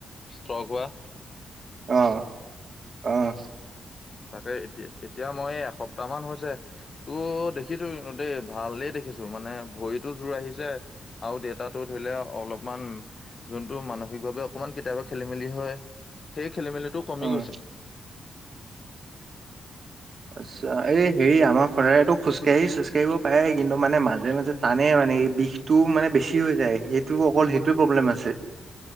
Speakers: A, on the left; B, on the right.
A: স্তগ হোৱা
B: আহ আহ
A: তাকে এতিয়া এতিয়া মই এসপ্তাহ মান হৈছে তো দেখিছো দেই ভালেই দেখিছো মানে ভৰিতো জোৰ আহিছে আৰু দে আটাটো ধৰিলে অলপমান যোনটো মানসিকভাৱে অকমান কেতিয়াবা খেলি মেলি হয় সেই খেলি মেলিটো কমি
B: অ'।
A: গৈছে
B: আচ্ছা এই হেৰি আমাৰ ফাদাৰেতো খোজকাঢ়ি খোজকাঢ়িব পায় কিন্তু মানে মাজে মাজে টানে মানে এই বিষটো মানে বেছি হৈ যায় সেইটো অকল সেইটোৱে প্ৰব্লেম আছে।